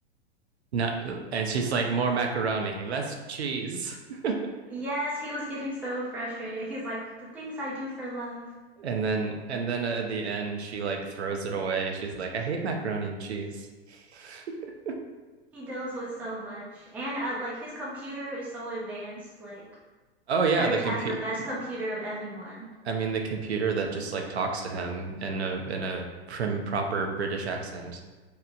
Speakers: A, on the right; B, in the centre.
A: Not and she's like more macaroni, less cheese. <laughs>
B: Yes, he was getting so frustrated. He's like, the things I do for love.
A: And then and then at the end she like throws it away. She's like, I hate macaroni and cheese. <laughs>
B: He deals with so much. And I, like his computer is so advanced. Like,
A: Oh yeah,
B: Courage
A: the compute
B: has the best computer of anyone.
A: I mean the computer that just like talks to him in a in a prim proper British accent.